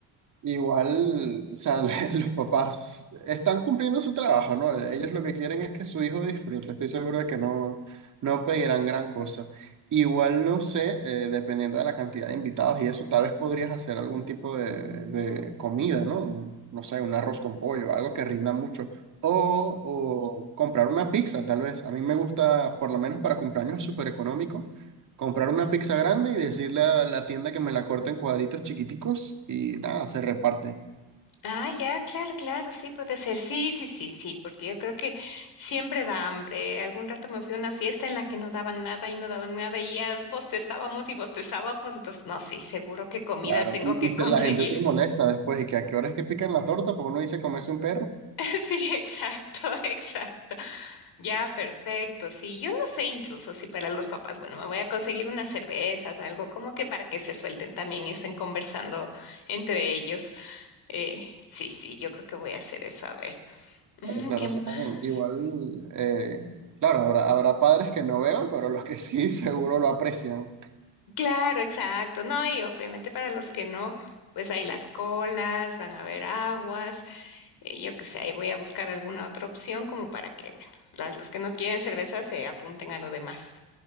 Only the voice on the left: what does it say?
Ah, ya, claro, claro, sí puede ser. Sí, sí, sí, sí, porque yo creo que siempre da hambre. Algún rato me fui a una fiesta en la que no daban nada y no daban nada y ya bostezábamos y bostezábamos. Entonces, no, sí, seguro que comida
tengo
que
conseguir.
<laughs> Sí, exacto, <laughs> exacto. Ya, perfecto. Sí, yo no sé incluso si para los papás, bueno, me voy a conseguir unas cervezas, algo como que para que se suelten también y estén conversando entre ellos. Eh, sí, sí, yo creo que voy a hacer eso. A ver, Mm,
¿qué
más?
Claro, exacto. No, y obviamente para los que no, pues hay las colas, van a haber aguas, eh, yo qué sé, ahí voy a buscar alguna otra opción como para que, bueno, las, los que no quieren cerveza se apunten a lo demás.